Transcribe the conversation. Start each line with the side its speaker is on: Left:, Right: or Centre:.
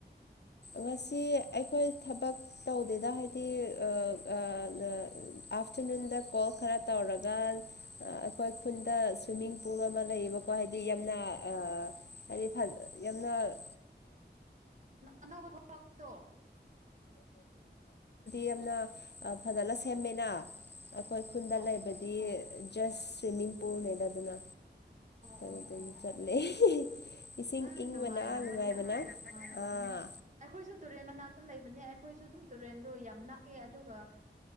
Left: ꯉꯁꯤ ꯑꯩꯈꯣꯏ ꯊꯕꯛ ꯇꯧꯗꯦꯗ ꯍꯥꯏꯗꯤ ꯑꯥꯐꯇꯔꯅꯨꯟꯗ ꯀꯣꯜ ꯈꯔ ꯇꯧꯔꯒ ꯑꯩꯈꯣꯏ ꯈꯨꯟꯗ ꯁ꯭ꯋꯤꯃꯤꯡ ꯄꯨꯜ ꯑꯃ ꯂꯩꯌꯦꯕ ꯀꯣ ꯍꯥꯏꯗꯤ ꯌꯥꯝꯅ ꯑ ꯍꯥꯏꯗꯤ ꯌꯥꯝꯅ ꯃ
Right: ꯑꯅꯧꯕ ꯊꯣꯛꯂꯛꯄꯗꯣ
Left: ꯌꯥꯝꯅ ꯐꯖꯅ ꯁꯦꯝꯃꯦꯅ ꯑꯩꯈꯣꯏ ꯈꯨꯟꯗ
Right: ꯑꯣ
Left: ꯂꯩꯕꯗꯤ ꯖꯁ ꯁ꯭ꯋꯤꯃꯤꯡ ꯄꯨꯜꯅꯦꯗ ꯑꯗꯨꯅ
Right: ꯑꯣ
Left: ꯑꯗꯨꯝ
Right: ꯑꯣ ꯑꯣ
Left: ꯆꯠꯂ
Right: ꯑꯣ
Left: ꯏꯁꯤꯡ
Right: ꯑ
Left: ꯏꯪꯕꯅ
Right: ꯅꯨꯡꯉꯥꯏꯔꯝꯒꯅꯤ
Left: ꯅꯨꯡꯉꯥꯏꯕꯅ
Right: ꯑꯁ ꯌꯥꯝ ꯅꯨꯡꯉꯥꯏꯔꯝꯒꯅꯤ
Left: ꯑꯥ
Right: ꯑꯩꯈꯣꯏꯁꯨ ꯇꯨꯔꯦꯟ ꯃꯅꯥꯛꯇ ꯂꯩꯕ ꯅꯦ ꯑꯩꯈꯣꯏꯁꯨ ꯑꯗꯨꯝ ꯇꯨꯔꯦꯟꯗꯣ ꯌꯥꯝ ꯅꯛꯑꯦ ꯑꯗꯨꯒ